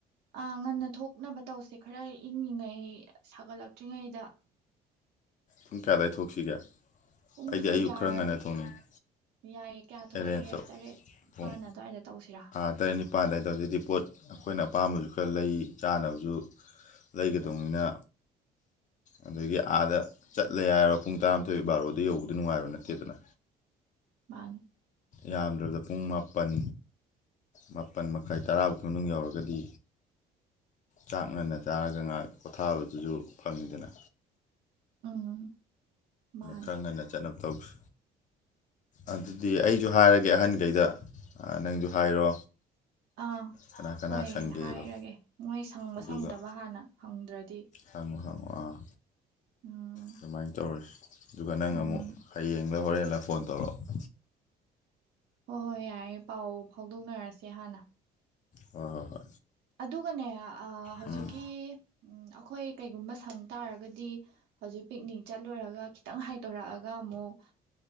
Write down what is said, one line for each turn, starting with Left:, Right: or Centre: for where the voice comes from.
Right: ꯑꯥ ꯉꯟꯅ ꯊꯣꯛꯅꯕ ꯇꯧꯁꯦ ꯈꯔ ꯏꯪꯉꯤꯉꯩ ꯁꯥꯒꯠꯂꯛꯇ꯭ꯔꯤꯉꯩꯗ
Left: ꯄꯨ ꯀꯌꯥꯗꯥꯏ ꯊꯣꯛꯁꯤꯒꯦ
Right: ꯄꯨꯡꯁꯦ
Left: ꯑꯩꯗꯤ ꯑꯌꯨꯛ
Right: ꯌꯥꯔ
Left: ꯈꯔ ꯉꯟꯅ ꯊꯣꯡꯅꯤꯡꯉꯤ
Right: ꯌꯥꯏꯌꯦ ꯀꯌꯥ ꯇꯧꯁꯤꯒꯦ
Left: ꯑꯦꯔꯦꯟꯖ ꯇꯣ
Right: ꯇꯔꯦꯠ ꯅꯤꯄꯥꯜ
Left: ꯄꯨꯡ
Right: ꯑꯗꯨꯋꯥꯏꯗ ꯇꯧꯁꯤꯔꯥ
Left: ꯇꯔꯦꯠ ꯅꯤꯄꯥꯜ ꯑꯗꯨꯋꯥꯏꯗꯧ ꯍꯧꯖꯤꯛꯗꯤ ꯄꯣꯠ ꯑꯩꯈꯣꯏꯅ ꯑꯄꯥꯝꯕꯁꯨ ꯈꯔ ꯂꯩ ꯆꯥꯅꯕꯁꯨ ꯂꯩꯒꯗꯧꯅꯤꯅ ꯑꯗꯒꯤ ꯑꯥꯗ ꯆꯠꯂꯦ ꯍꯥꯏꯔꯣ ꯄꯨꯡ ꯇꯔꯥꯃꯥꯊꯣꯏ ꯕꯥꯔꯣꯗ ꯌꯧꯕꯗ ꯅꯨꯡꯉꯥꯏꯕ ꯅꯠꯇꯦꯗꯅ
Right: ꯃꯥꯅꯤ
Left: ꯌꯥꯝꯗ꯭ꯔꯕꯗ ꯄꯨꯡ ꯃꯥꯄꯜ ꯃꯥꯄꯜ ꯃꯈꯥꯏ ꯇꯔꯥꯐꯥꯎ ꯀꯤ ꯃꯅꯨꯡ ꯌꯧꯔꯒꯗꯤ ꯆꯥꯛ ꯉꯟꯅ ꯆꯥꯔꯒ ꯉꯥꯏꯍꯥꯛ ꯄꯣꯊꯥꯕꯗꯨꯁꯨ ꯐꯪꯉꯤꯗꯅ
Right: ꯎꯝ ꯃꯥꯅꯤ
Left: ꯈꯔ ꯉꯟꯅ ꯆꯠꯅꯕ ꯇꯧꯁꯤ ꯑꯗꯨꯗꯤ ꯑꯩꯁꯨ ꯍꯥꯏꯔꯒꯦ ꯑꯍꯟꯈꯩꯗ ꯅꯪꯁꯨ ꯍꯥꯏꯔꯣ
Right: ꯑꯥ
Left: ꯀꯅꯥ ꯀꯅꯥ
Right: ꯍꯣꯏ
Left: ꯁꯪꯒꯦꯗꯣ
Right: ꯍꯥꯏꯔꯒꯦ ꯃꯣꯏ ꯁꯪꯕ
Left: ꯑꯗꯨꯒ
Right: ꯁꯪꯗꯕ ꯍꯥꯟꯅ ꯍꯪꯗ꯭ꯔꯗꯤ
Left: ꯍꯪꯉꯣ ꯍꯡꯉꯣ ꯑꯥ
Right: ꯎꯝ
Left: ꯑꯗꯨꯃꯥꯏꯅ ꯇꯧꯔꯁꯤ꯫ ꯑꯗꯨꯒ ꯅꯪ
Right: ꯎꯝ
Left: ꯑꯃꯨꯛ ꯍꯌꯦꯡꯂ ꯍꯣꯔꯦꯟ ꯐꯣꯟ ꯇꯧꯔꯛꯑꯣ꯫
Right: ꯍꯣꯏ ꯍꯣꯏ ꯌꯥꯔꯦ ꯄꯥꯎ ꯐꯥꯎꯗꯣꯛꯅꯔꯁꯦ ꯍꯥꯟꯅ꯫
Left: ꯍꯣꯏ ꯍꯣꯏ ꯍꯣꯏ꯫
Right: ꯑꯗꯨꯒꯅꯦ ꯑ ꯍꯧꯖꯤꯛꯀꯤ
Left: ꯎꯝ
Right: ꯑꯩꯈꯣꯏ ꯀꯩꯒꯨꯝꯕ ꯁꯪ ꯇꯥꯔꯒꯗꯤ ꯍꯧꯖꯤꯛ ꯄꯤꯛꯅꯤꯛ ꯆꯠꯂꯨꯔꯒ ꯈꯤꯇꯪ ꯍꯥꯏꯗꯣꯔꯛꯑꯒ ꯑꯃꯨꯛ